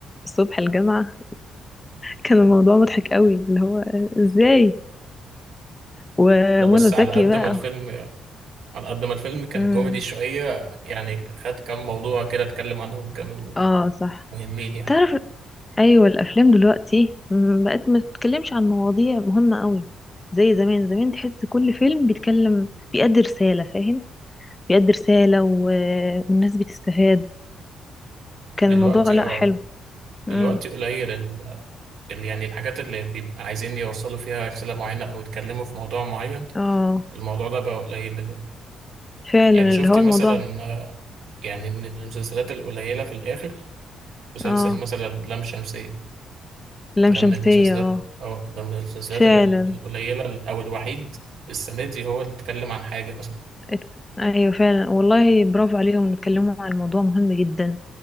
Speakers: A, on the left; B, on the right.
A: الصبح الجامعة كان الموضوع مضحك قوي اللي هو آه، ازاي ومنى
B: لا بس على
A: زكي
B: قد
A: بقى
B: ما الفيلم على قد ما الفيلم كان
A: امم
B: كوميدي شوية يعني خد كام موضوع كده اتكلم عنهم كانوا
A: اه صح
B: مهمين يعني
A: تعرف ايوه الافلام دلوقتي م- بقت ما تتكلمش عن مواضيع مهمه قوي زي زمان زمان تحس كل فيلم بيتكلم بيأدي رساله فاهم بيأدي رساله و... والناس بتستفاد كان
B: دلوقتي
A: الموضوع لا
B: اه
A: حلو
B: دلوقتي
A: امم
B: قليل ال ال- يعني الحاجات اللي بيبقى عايزين يوصلوا فيها رسالة معينة أو يتكلموا في موضوع معين
A: اه
B: الموضوع ده بقى قليل دلوقتي
A: فعلا
B: يعني شفتي
A: اللي هو
B: مثلا
A: الموضوع
B: آه، يعني من المسلسلات القليلة في الآخر مسلسل
A: اه
B: مثلا لام شمسية
A: لام
B: ده
A: شمسيه
B: من المسلسلات
A: اه
B: أو ده من المسلسلات
A: فعلا
B: ال- القليلة ال- أو الوحيد السنة دي هو اللي اتكلم عن حاجة مثلا
A: ات... ايوه فعلا والله برافو عليهم إنه اتكلموا عن موضوع مهم جدا